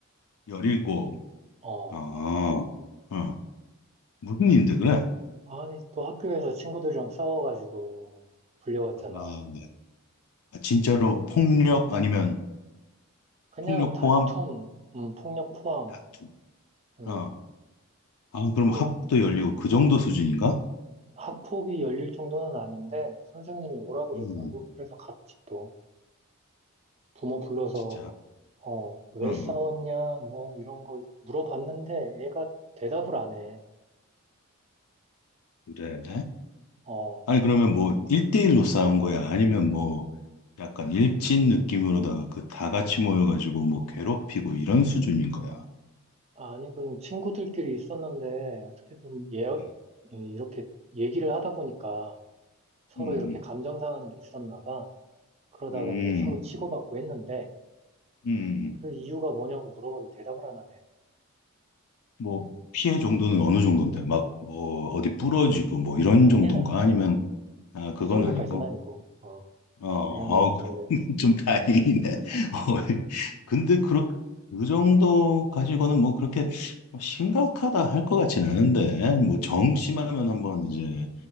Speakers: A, on the left; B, on the right.
A: 열일곱.
B: 어.
A: 아, 어, 무슨 일인데 그래?
B: 아니, 또 학교에서 친구들이랑 싸워가지고 불려왔잖아.
A: 아, 네. 아, 진짜로 폭력 아니면
B: 그냥
A: 폭력
B: 다툼,
A: 포함
B: 음, 폭력 포함,
A: 다툼.
B: 음.
A: 어, 아,
B: 아,
A: 그럼
B: 또
A: 학도 열리고 그 정도 수준인가?
B: 학폭이 열릴 정도는 아닌데 선생님이 오라 그러더라고.
A: 음,
B: 그래서 같이 또 부모 불러서
A: 진짜.
B: 어, 왜
A: 음,
B: 싸웠냐, 뭐 이런 거 물어봤는데 애가 대답을 안 해.
A: 그래.
B: 어.
A: 아니, 그러면 뭐, 일대일로 싸운 거야? 아니면 뭐, 약간 일진 느낌으로다가 그 다 같이 모여가지고 뭐 괴롭히고 이런 수준인 거야?
B: 아니, 그냥 친구들끼리 있었는데, 어떻게든 예,
A: 음,
B: 예, 이렇게 얘기를 하다 보니까 서로
A: 음.
B: 이렇게 감정 상하는 게 있었나 봐. 그러다가
A: 음.
B: 이제 서로 치고받고 했는데,
A: 음,
B: 그 이유가 뭐냐고 물어봐도 대답을 안 하네.
A: 뭐, 피해 정도는 어느 정도인데, 막, 뭐, 어디 부러지고, 뭐, 이런
B: 아니야.
A: 정도인가? 아니면, 아, 그건
B: 그 정도까지는
A: 아니고,
B: 아니고, 어,
A: 어,
B: 그냥
A: 어,
B: 좀 이렇게,
A: <laughs> 좀 다행이네. 어,
B: 어,
A: 예. 근데, 그, 그 정도 가지고는 뭐, 그렇게 뭐 심각하다 할 것 같진 않은데, 뭐, 정심하면 한번 이제,